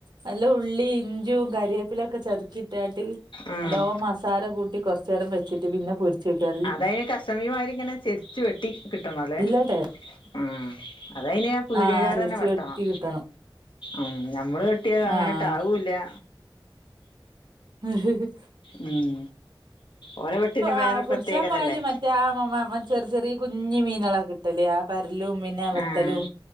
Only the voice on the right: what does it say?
നല്ല ഉള്ളി ഇഞ്ചും കരിവേപ്പിലൊക്കെ ചതുക്കി ഇട്ടാട്ട്
നല്ലോ മസാല കൂട്ടി കൂട്ടി കൊറചേരം വെച്ചിട്ട് പിന്ന പൊരിച്ച് നേക്ക നല്ല
നല്ല ടേ
ആഹ് പൊരിച്ച്
വെട്ടി കിട്ടണം
ആഹ്
ഹ് ഹ്
ആഹ് പുടിച്ചാൻ
പോയാല് മറ്റേ മ മ ഉം ചെറിയ ചെറിയ കുഞ്ഞു മീനുകളാ കിട്ടല് ആഹ് പരലും പിന്നെ വത്തലും